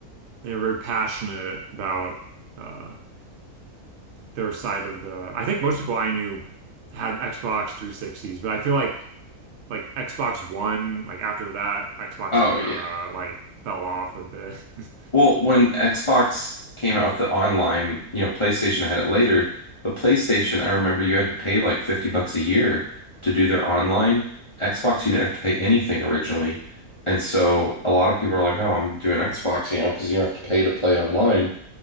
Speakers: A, on the right (about 70°); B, on the left (about 35°).
A: they were very passionate about uh their side of the. I think most people I knew had Xbox 360s, but I feel like like Xbox One, like after that, Xbox
B: Oh
A: kind
B: yeah.
A: of like fell off a bit. <laughs>
B: Well, when Xbox came out with the online, you know, PlayStation had it later, but PlayStation, I remember you had to pay like 50 bucks a year to do their online. Xbox, you didn't have to pay anything originally. And so a lot of people are like, oh, I'm doing Xbox, you know, because you don't have to pay to play online.